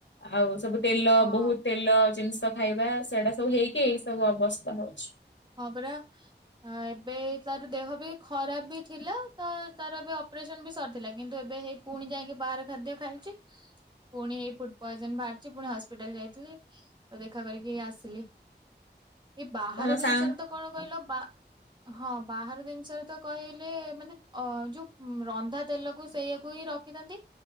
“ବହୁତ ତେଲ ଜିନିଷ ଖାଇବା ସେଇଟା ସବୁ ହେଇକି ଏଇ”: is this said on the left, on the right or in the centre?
Left